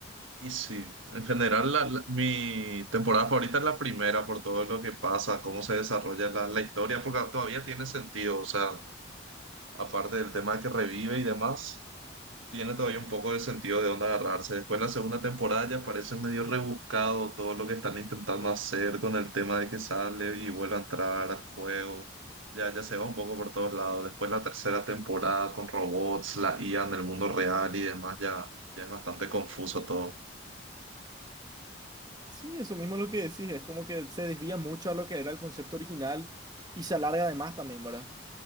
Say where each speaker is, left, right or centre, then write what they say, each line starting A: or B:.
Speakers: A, on the right (about 80°); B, on the right (about 20°).
A: Y sí, en general la- la- mi temporada favorita es la primera por todo lo que pasa, cómo se desarrolla la, la historia, porque todavía tiene sentido, o sea, aparte del tema que revive y demás, tiene todavía un poco de sentido de dónde agarrarse. Después la segunda temporada ya parece medio rebuscado todo lo que están intentando hacer con el tema de que sale y vuelve a entrar al juego. Ya, ya se va un poco por todos lados. Después la tercera temporada con robots, la IA en el mundo real y demás, ya, ya es bastante confuso todo.
B: Sí, eso mismo es lo que decís. Es como que se desvía mucho a lo que era el concepto original y se alarga además también, ¿verdad?